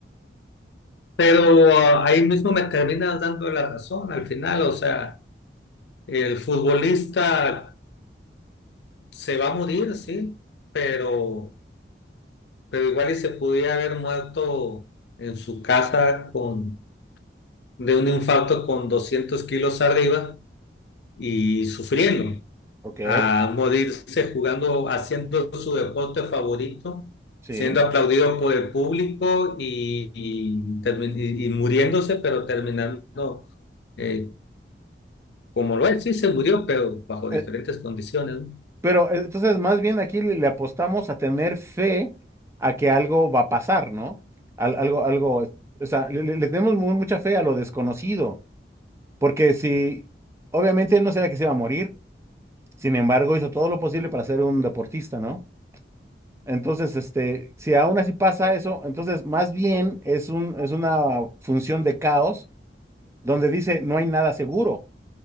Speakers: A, on the left; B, on the right.
A: Pero ah, ahí mismo me terminas dando la razón al final, o sea, el futbolista se va a morir, sí, pero pero igual y se pudiera haber muerto en su casa con, de un infarto con 200 kilos arriba y sufriendo,
B: Ok,
A: a morirse jugando, haciendo su deporte favorito,
B: sí.
A: siendo aplaudido por el público y, y termi- y- y muriéndose, pero terminando eh, como lo es, sí se murió, pero bajo
B: Eh,
A: diferentes condiciones.
B: pero eh, entonces, más bien aquí le, le apostamos a tener fe a que algo va a pasar, ¿no? Al- algo, algo, o sea, le, le- le tenemos mu- mucha fe a lo desconocido Porque si, obviamente él no sabía que se iba a morir, sin embargo hizo todo lo posible para ser un deportista, ¿no? Entonces, este, si aún así pasa eso, entonces más bien es un, es una función de caos donde dice no hay nada seguro.